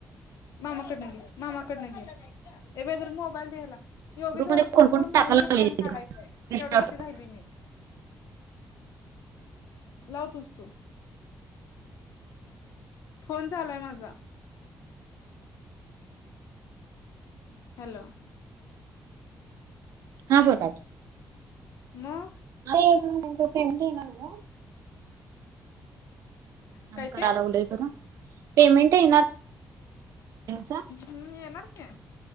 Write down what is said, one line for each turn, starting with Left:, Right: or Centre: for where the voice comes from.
Left: मामा कडन घे मामा कडन घे. ए म्या जरा मोबाईल दे हेला योगेश
Right: ग्रुपमध्ये
Left: दादा ला फ़ोन
Right: कोण कोण
Left: करून
Right: टाकायला
Left: बोलवून घेतल्या
Right: लागले
Left: आणि काढायचाय तेवढ्या
Right: स्क्रीनशॉट
Left: साठी रायलोय मी लाव तुझ तु फोन चालूय माझा हॅलो
Right: हां बोला की
Left: मग
Right: हाय अजून म्हणजे फॅमिली आहे ना जवळ आमका
Left: काय ते
Right: रागावलाय करुन पेमेंट येणार हेंचा
Left: हम्म येणार की,